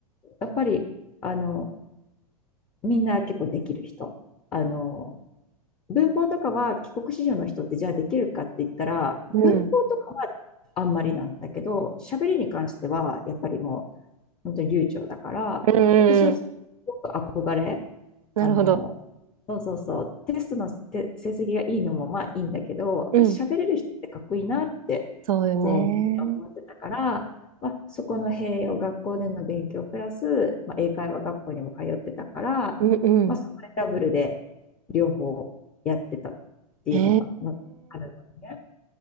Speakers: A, on the left; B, on the right.
A: やっぱり、あの、みんな結構できる人。あの、文法とかは帰国子女の人ってじゃあできるかって言ったら、
B: うん。
A: 文法とかはあんまりなんだけど、喋りに関してはやっぱりも本当に流暢だから、
B: うんうんうんうんうんあうんーへえうんうんうんうわあ
A: 私はすごく憧れ、
B: うんあーお三つ目来たはいうんうんえーうんああそうねうんうんうんうんうんなるほど。
A: あの、そうそうそう、テストのて成績がいいのもまあいいんだけど、やっぱり喋れる人ってかっこいいなって、
B: うんそうよね。
A: こう、思ってたから、まあ、そこの併用、学校での勉強プラス、まあ、英会話学校にも通ってたから、
B: うんうん。
A: まあ、そこでダブルで両方やってたっていうのが、
B: ええ
A: まあ、あるのね。